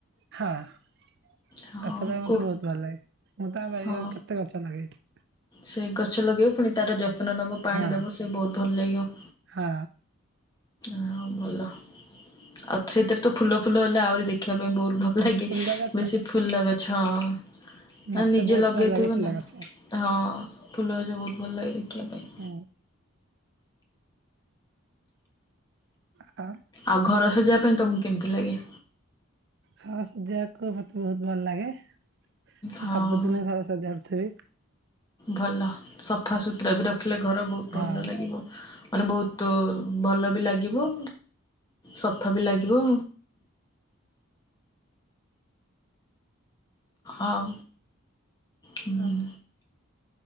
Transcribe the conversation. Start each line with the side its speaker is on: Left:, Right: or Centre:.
Right: ହଁ ଗଛ
Left: ହଁ
Right: ଲଗେଇବା ପାଇଁ ମତେ
Left: କୁ
Right: ବହୁତ ଭଲ ଲାଗେ ମୁଁ ତ ଆମ ବାରିରେ
Left: ହଁ
Right: କେତେ ଗଛ ଲାଗେଇଚି।
Left: ସେ ଗଛ ଲଗେଇବ ପୁଣି ତାର ଯତ୍ନ ନବ ପାଣି
Right: ହଁ
Left: ଦବ ସେ ବହୁତ ଭଲ ଲାଗିବ।
Right: ହଁ।
Left: ହଁ ଭଲ ଆଉ ସେଇତିରେ ତ ଫୁଲ ଫୁଲ ହେଲେ ଆହୁରି ଦେଖିବା ପାଇଁ ବହୁତ ଭଲ ଲାଗେ
Right: ଫୁଲ ଗଛ
Left: ବେଶୀ ଫୁଲ ଗଛ ମାନେ
Right: ମତେ
Left: ନିଜେ
Right: ବହୁତ
Left: ଲଗେଇଥିବୁ
Right: ଭଲ ଲାଗେ ଫୁଲ
Left: ନା।
Right: ଗଛ।
Left: ହଁ ଫୁଲଗଛ ବହୁତ ଭଲ ଲାଗେ ଦେଖିବା ପାଇଁ।
Right: ହଁ। ଆ
Left: ଆଉ ଘର ସଜେଇବା ପାଇଁ ତମକୁ କେମିତି ଲାଗେ?
Right: ହଁ ସଯେଇବାକୁ ମତେ ବହୁତ ଭଲ ଲାଗେ। ମୁଁ
Left: ହଁ
Right: ସବୁଦିନ ଘର ସଜାଡୁଥିବି।
Left: ଭଲ। ସଫା ସୁୁତୁରା
Right: ହଁ
Left: ବି ରଖିଲେ ଘର ବହୁତ
Right: ହଁ
Left: ଭଲ ଲାଗିବ ମାନେ ବହୁତ ଭଲ ବି ଲାଗିବ ସଫା ବି ଲାଗିବ। ଆଉ ହୁଁ।
Right: ହଁ